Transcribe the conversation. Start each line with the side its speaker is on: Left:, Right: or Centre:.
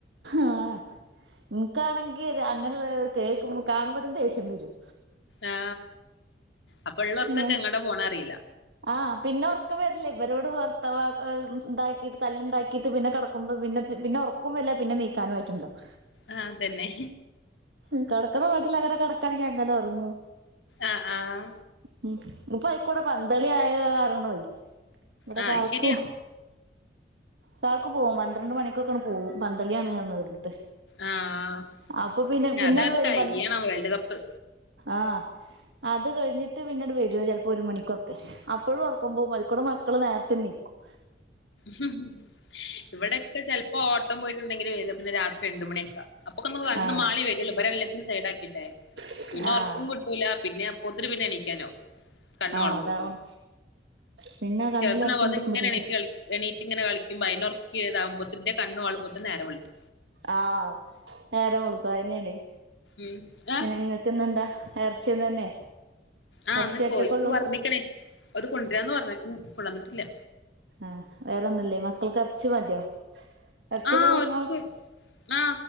Right: ആഹ ഇന്ക്കാണെങ്കിൽ അങ്ങനെയുള്ള കേക്കുമ്പ കാണുമ്പോത്തന്ന ദേഷ്യം വരും.
Left: ആ് അപ്പ
Right: വരും
Left: ഇള്ളർക്കൊക്കെ എങ്ങട്ട പോ ണെ അറില്ല.
Right: ആഹ് പിന്നെ ഒറക്കം വരില്ലേ ഇവരോട് വർത്ത് <unintelligible> ഇണ്ടാക്കിട്ട് തല്ലുണ്ടാക്കിട്ട് പിന്നെ കിട പിന്ന പിന്നെ ഉറക്കും വരൂല്ല പിന്നെ നീക്കാനും ആയിട്ടുണ്ടാവും.
Left: ആഹ് അതെന്നെ
Right: മ് കടക്കണ മട്ടിൽഅങ്ങനെ കടക്കാണെങ്കിൽ അങ്ങനെ ഉറങ്ങു.
Left: ആഹ് ആഹ
Right: ഉം ഇപ്പൊ അയ്ക്കൂടെ പന്തളി ആയോ പറഞ്ഞാണ്ട് പോയി. ഇന്നലെ
Left: ആഹ്
Right: കാക്കു.
Left: അത് ശരിയാ
Right: കാക്ക് പോവും പന്ത്രണ്ട് മണിക്കൊക്കണ് പോവും പന്തളിയാണ് കാണുന്നത്.
Left: ആഹ്
Right: അപ്പൊ പിന്നെ
Left: ഇനി
Right: പിന്നൊണ്ട്
Left: അതങ്ങട്
Right: വരുമ്പ
Left: കഴിയണം വേൾഡ് കപ്പ്
Right: ആഹ് അത് കഴിഞ്ഞിട്ട് പിന്നീട് വരൂ ചിലപ്പോ ഒരു മണിക്കൊക്കെ. ഇപ്പോഴും ഉറക്കുമ്പോൾ അതിക്കൂടെ മക്കള് നേരത്തെ നിക്കും.
Left: ഹി ഇവിടെക്ക ചെ ഇപ്പോ ഓട്ടം പോയിട്ടുണ്ടെങ്കിൽ വര പിന്നെ രാത്രി രണ്ട മണിയക്ക അപ്പൊ ഒന്ന് വന്ന്
Right: ആഹ്
Left: മാളി വരള്ളൂ ഇവരല്ലേ. സൈഡ് ആക്കിട്ടെ
Right: ആഹ്
Left: പിന്നെ ഒറക്കും കിട്ടൂല പിന്നെ അപ്പോത്തിനി പിന്നെ എണിക്കാനാവും കണ്ണ്
Right: ആഹ്
Left: മാളുമ്പോത്തിന്.
Right: അതാണ് പിന്നെ കണ്ണില്
Left: <unintelligible>
Right: ഒറക്കം പിടിക്കുമ്പോത്തേക്ക്
Left: എണീറ്റ് ഇങ്ങനെ കളിക്ക്പോ അതിനൊറക്കിതാകുമ്പോത്തിന് ഇന്റെ കണ്ണ് മാള് പോത്തിന് നേരം വെളുത്തു
Right: ആഹ് നേരെ വെളുക്കും അതെനെയാണ്.
Left: ഉം ഏഹ
Right: ഇങ്ങക്ക് ഇന്ന്ന്താ? ഇർച്ചി തന്നെ.
Left: ആഹ്
Right: എറച്ചി
Left: ഇന്ന്
Right: ഒറ്റക്കൊള്ളൂ
Left: കോയിക്ക് പറഞ്ഞിക്ക്ണ് ഓല് കൊണ്ടരാന്ന് പറഞ്ഞിക്ക്ണ് കൊണ്ടന്നിട്ടില്ല.
Right: ആഹ വേറെന്നുംല്ലേ മക്കൾക്ക് ഇറച്ചി മതിയോ? എറച്ചിയൊക്കെ
Left: ആഹ്
Right: കൂട്ടണാൾ
Left: ഒക്ക് ആ